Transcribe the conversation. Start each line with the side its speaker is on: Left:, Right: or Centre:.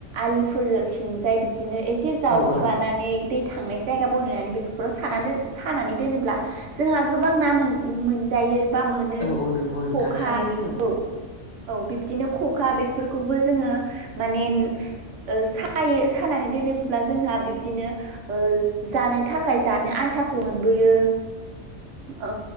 Right: आलिफोरो खिंजाय बि दिनो एसे जावख्लानानै
Left: औ औ
Right: दै थांनाय जायगा बनायनानै बेफो फोराव सानादोन सानानै दोनोब्ला जोंहा गोबां ना मोन उम मोनजायो बा मोनो
Left: औ औ नंगौ नोंथां
Right: ख'खा
Left: थारैनो नंगौ
Right: औ औ बिब्दिनो ख'खा बेफोरखौबो जोङो मानेन ओ सायो सानानै दोनोब्ला जोंहा बिब्दिनो ओ जानो थाखाय जानो आन्थाखौ मोनबोयो औ